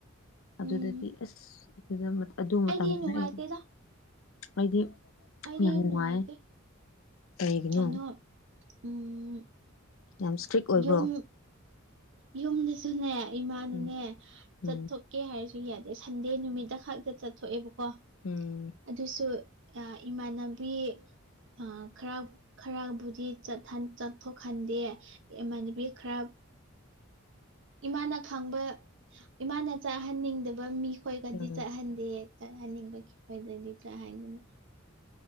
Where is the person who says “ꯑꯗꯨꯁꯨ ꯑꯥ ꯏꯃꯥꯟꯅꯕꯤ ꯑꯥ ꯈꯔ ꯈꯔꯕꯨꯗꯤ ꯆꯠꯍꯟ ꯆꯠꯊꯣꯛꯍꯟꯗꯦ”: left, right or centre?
Right